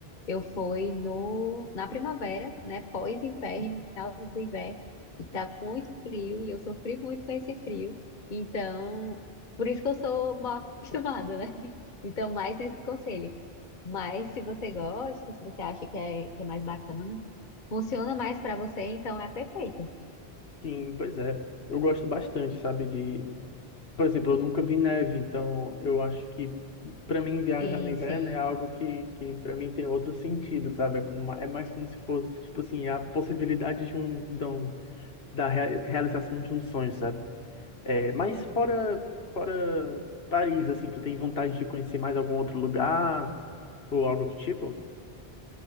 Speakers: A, on the left (about 50°); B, on the left (about 75°).
A: eu fui no na primavera, né? Pós-inverno, final do inverno. E tá muito frio e eu sofri muito com esse frio. Então, por isso que eu sou mal acostumada, né? <laughs> Então, mais nesse conselho. Mas se você gosta, se você acha que é, que é mais bacana, funciona mais para você, então é perfeito.
B: Sim, pois é. Eu gosto bastante, sabe, de Por exemplo, eu nunca vi neve, então eu acho que para mim viajar
A: Sim,
B: no inverno
A: sim.
B: é algo que, que para mim tem outro sentido, sabe? É, como- é mais como se fosse, tipo assim, a possibilidade de um, de um- da rea- realização de um sonho, sabe? É, mas fora, fora Paris, assim, tu tem vontade de conhecer mais algum outro lugar ou algo do tipo?